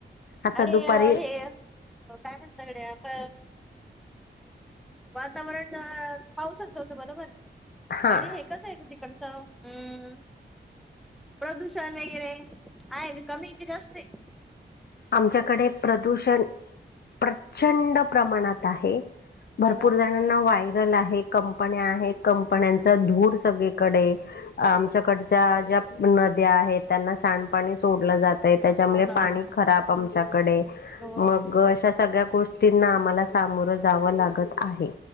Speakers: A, on the left (about 60°); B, in the centre.
A: आता
B: अणि
A: दुपारी
B: अ हे काय म्हणता गडया आप वातावरण पावसाचं होतं बरोबर
A: हा
B: आणि हे कसं ये क ती कडच हम्म प्रदूषण वगैरे. आहे की कमी ये जास्त ये.
A: आमच्याकडे प्रदूषण प्रचंड प्रमाणात आहे. भरपूर
B: ह ना
A: जणांना वायरल आहे कंपन्या आहेत कंपन्यांचा धूर सगळीकडे
B: बरोबर
A: आमच्याकडच्या ज्या नद्या आहेत त्यांना सांडपाणी सोडलं जातं तय त्याच्यामुळे
B: लोणावळा
A: पाणी खराब आमच्याकडे
B: हो
A: मग अश्या सगळ्या गोष्टींना आम्हाला सामोरं जावं लागत आहे.